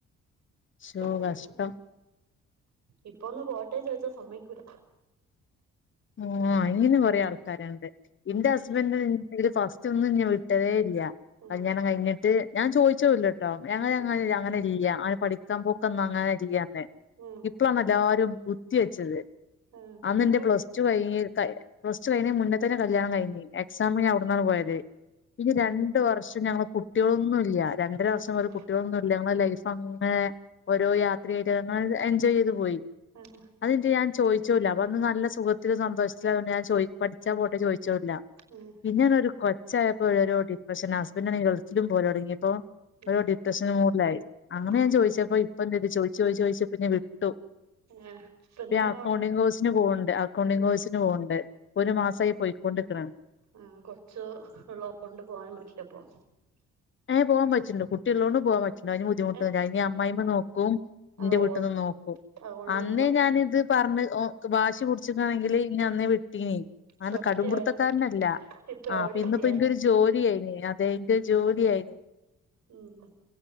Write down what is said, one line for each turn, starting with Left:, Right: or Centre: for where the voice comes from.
Left: ശോ
Right: പിന്നെ
Left: കഷ്ടം
Right: ഇപ്പൊന്ന് പോട്ടെ ചോയ്ച്ചാ സമ്മയ്ക്കൂല.
Left: ആഹ് ഇങ്ങനെ കൊറെ ആൾക്കാര്ണ്ട് ഇന്റെ
Right: ഉം
Left: ഹസ്ബൻഡ് ഫസ്റ്റ് റ്റൊന്നും ഇന്നെ വിട്ടതേല്ല
Right: ആഹ്
Left: കല്യാണം കയ്ഞ്ഞ്ട്ട് ഞാൻ ചോയ്ച്ചതുല്ലട്ടോ. <unintelligible>
Right: ആഹ്
Left: പഠിക്കാൻ പോക്കൊന്നും അങ്ങനല്യന്ന്.
Right: ആഹ്
Left: ഇപ്പൊളാണെല്ലാരും ബുദ്ധിയെച്ചത്.
Right: ആഹ്.
Left: ന്റെ
Right: പെ
Left: പ്ലസ് ടു കയിഞ്ഞ് പ്ലസ് ടു കയ്യിണേ മുന്നതന്നെ കല്യാണം കൈഞ്ഞ്. എക്സാംന് അവ്ട്ന്നാണ് പോയത് പിന്നെ രണ്ട് വർഷം ഞങ്ങളെ കുട്ട്യോളൊന്നുല്ല. രണ്ടര വർഷം
Right: ഉം
Left: വരെ കുട്ട്യോളൊന്നുല്ലന്ന്ല്ല ലൈ അന്ന് ഓരോ യാത്രയിട്ടങ്ങനെങ്‌ എൻജോയെയ്ത് പോയി.
Right: അഹ്
Left: അതയിഞ്ഞട്ട് ഞാൻ ചോദിചൂല്ല അപ്പൊ അന്ന് നല്ല സുഖത്തിലും സന്തോഷത്തിലുആയതോണ്ട് ഞാൻ ചോ പഠിച്ചാ പോട്ടെ ചോദിച്ചുല്ല.
Right: ആഹ്
Left: പിന്നെ ആണേ ഒരു കൊച്ചായപ്പോ ഓരോ ഡിപ്രഷൻ ഹസ്ബൻഡറ് ആണെങ്കിൽ ഗൾഫിലിം പോവൽ തോടങ്ങിയപ്പോ ഒരു
Right: ആഹ്
Left: ഡിപ്രെഷൻ മൂഡിലായി അങ്ങനെ
Right: ഉം
Left: ഞാൻ ചോദിച്ചപ്പോ ഇപ്പം എന്തെയ്തു ചോയിച്ചു ചോയിച്ച് ചോയിച്ചപ്പം വിട്ടു
Right: ആഹ് ഇപ്പ എന്തിനാ
Left: അക്കൗണ്ടിങ്
Right: പോണെ
Left: കോഴ്സിന് പോവ്ണ്ട് ണ്ടിങ് കോഴിസിന് പോവ്ണ്ട് ഒരു മാസായി പോയിക്കൊണ്ട്ക്ക്ണ്
Right: ആഹ് കൊച്ചു ഉള്ളൊണ്ട് പോകാനും പറ്റില്ലപ്പം
Left: ഏഹ് പോവാൻ പറ്റിണ്ട് കുട്ടികള്ളൊണ്ട് പോവാൻ പറ്റി അയിന് ബുദ്ധിമുട്ട്
Right: ഏഹ്
Left: അമ്മായിമ്മ നോക്കും ഇന്റെ
Right: ആഹ്
Left: വീട്ട്ന്ന്
Right: ഉവ്വ്
Left: നോക്കും
Right: അതുകൊണ്ട്
Left: അന്നേ
Right: പിന്നെ കൊഴപ്പല്ല
Left: ഞാനിത് പറഞ്ഞ് വാശി പുടിച്ചിക്കാണെങ്കില് ഇന്നെ അന്നേ വിട്ടീനി അങ്ങനെ
Right: സത്യായിട്ടും
Left: കടുംപിടുത്തക്കാരനല്ല
Right: ഇപ്പൊ
Left: ആഹ്
Right: എവിടെ
Left: ഇന്ന്പ്പൊ
Right: എത്തിയാന്
Left: ഇൻക് ഒരു ജോലിയെനി അതെങ്ക് ജോലിയേനി
Right: ഉം